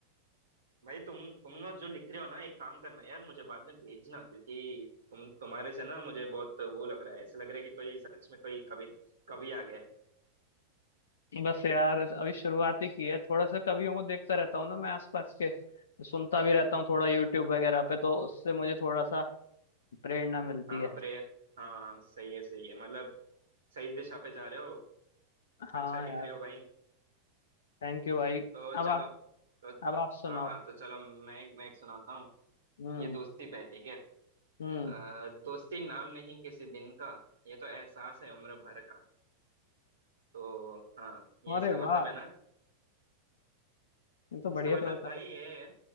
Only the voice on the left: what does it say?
बस यार अभी शुरुआत ही की है थोड़ा सा कवियों को देखता रहता हूँ ना मैं आसपास के सुनता भी रहता हूँ थोड़ा यूट्यूब वगैरह पे तो उससे मुझे थोड़ा सा प्रेरणा मिलती
है
हाँ
यार
थैंक यू भाई
अब
आप
अब आप सुनाओ
हम्म
हम्म
अरे
वाह
ये तो बढ़िया
कविता
लग